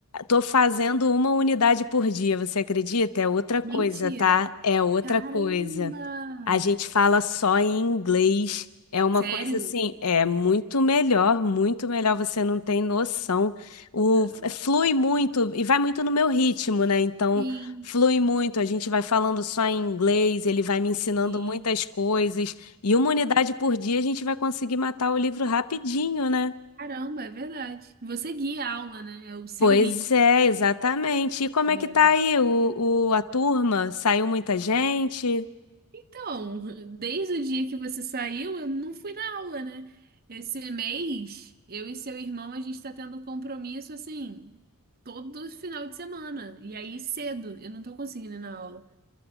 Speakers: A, on the left (about 85°); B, on the right (about 45°).
A: Tô fazendo uma unidade por dia, você acredita? É outra coisa,
B: mentira.
A: tá? É outra
B: Caramba!
A: coisa. A gente fala só em inglês. É uma
B: Sério?
A: coisa assim, é muito melhor, muito melhor, você não tem noção. O
B: Caramba.
A: é, flui muito e vai muito no meu ritmo, né? Então,
B: Sim,
A: flui muito, a gente vai falando só em inglês, ele vai me ensinando
B: sim.
A: muitas coisas e uma unidade por dia a gente vai conseguir matar o livro rapidinho, né?
B: Caramba, é verdade. Você guia a aula, né? É o seu
A: Pois
B: ritmo.
A: é, exatamente. E como
B: É.
A: é que tá aí o, o- a turma? Saiu muita gente?
B: Então, desde o dia que você saiu, eu não fui na aula, né? Esse mês, eu e seu irmão, a gente tá tendo compromisso assim, todo final de semana. E aí, cedo, eu não tô conseguindo ir na aula.